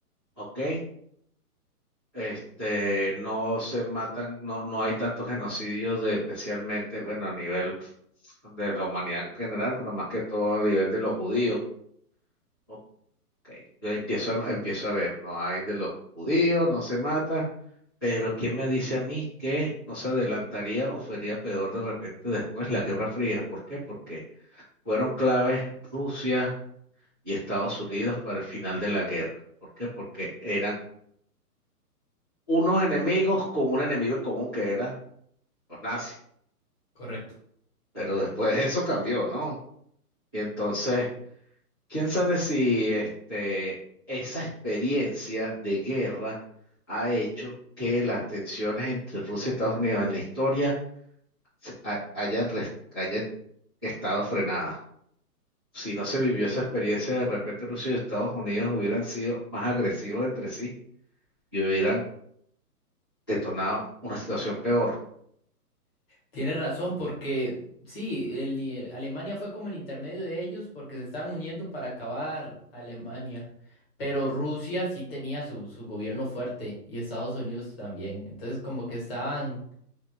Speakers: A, on the left (about 15°); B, on the left (about 40°).
A: ok. Este, no se matan, no, no hay tantos genocidios de especialmente, bueno, a nivel de la humanidad en general, pero más que todo a nivel de los judíos. Ok, yo empiezo, a- empiezo a ver, no hay de los judíos, no se mata. Pero ¿qué me dice a mí que no se adelantaría o sería peor de repente después la Guerra Fría? ¿Por qué? Porque fueron claves Rusia y Estados Unidos para el final de la guerra. ¿Por qué? Porque eran unos enemigos con un enemigo en común que era los nazis.
B: correcto.
A: Pero después eso cambió, ¿no? Y entonces, quién sabe si este, esa experiencia de guerra ha hecho que las tensiones entre Rusia y Estados Unidos en la historia se- ha- hayan, res- hayan estado frenadas. Si no se vivió esa experiencia, de repente Rusia y Estados Unidos hubieran sido más agresivos entre sí y hubieran detonado una situación peor.
B: Tienes razón, porque sí, el i- Alemania fue como el intermedio de ellos porque se estaban uniendo para acabar a Alemania. Pero Rusia sí tenía su, su gobierno fuerte y Estados Unidos también. Entonces como que estaban